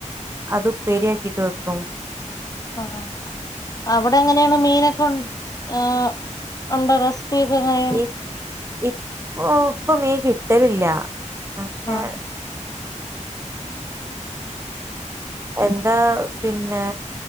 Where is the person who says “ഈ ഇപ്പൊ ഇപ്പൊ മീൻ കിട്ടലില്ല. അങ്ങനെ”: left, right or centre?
Right